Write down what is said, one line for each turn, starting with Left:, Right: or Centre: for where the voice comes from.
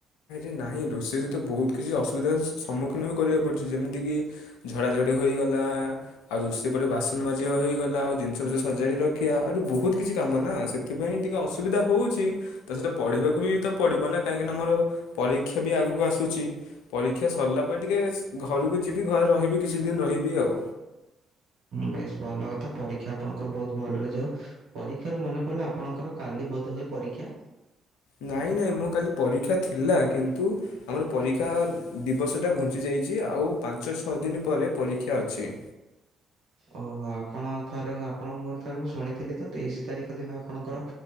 Left: ଏ ନାହିଁ ରୋଷେଇରେ ତ ବହୁତ କିଛି ଅସୁ- ସୁବିଧା ସମ୍ମୁଖୀନ ବି କରିବାକୁ ପଡୁଛି। ଯେମିତିକି ଝଡ଼ାଝଡ଼ି ହୋଇଗଲା। ଆଉ ରୋଷେଇ ପରେ ବାସନ ମାଜିବା ହୋଇଇଗଲା। ଆଉ ଜିନିଷ ପଛ ସଜାଡ଼ି ରଖିବା ଆହୁରି ବହୁତ କିଛି କାମ ନା ସେଥିପାଇଁ ଟିକେ ଅସୁବିଧା ହେଉଛି। ତା ସହିତ ପଢ଼ିବାକୁ ବି ତ ପଡ଼ିବ ନା କାହିଁକିନା ଆମର ପରୀକ୍ଷା ବି ଆଗକୁ ଆସୁଛି ପରୀକ୍ଷା ସରିଲା ପରେ ଟିକେ ଘରକୁ ଯିବି। ଘରେ ରହିବି କିଛି ଦିନ ରହିବି ଆଉ।
Right: ବେଶ ଭଲ କଥା ପରୀକ୍ଷା ଆପଣଙ୍କର ବହୁତ ଭଲରେ ଯାଉ ପରୀକ୍ଷାରୁ ମନେ ପଡ଼ିଲା ଆପଣଙ୍କର କାଲି ବୋଧ ହୁଏ ପରୀକ୍ଷା।
Left: ନାଇଁ ନାଇଁ ମୋ କାଲି ପରୀକ୍ଷା ଥିଲା କିନ୍ତୁ ଆମର ପରୀକ୍ଷା ଦିବର୍ଷ ଟା ଘୁଞ୍ଚି ଯାଇଛି ଆଉ ପାଞ୍ଚ ଛଅ ଦିନ ପରେ ପରୀକ୍ଷା ଅଛି।
Right: ଓହୋ ଆପଣ ଥରେ ଆପଣ ମୋର ଥରେ ମୁଁ ଶୁଣିଥିଲି ତ ତେଇଶି ତାରିଖ ଦିନ ଆପଣଙ୍କର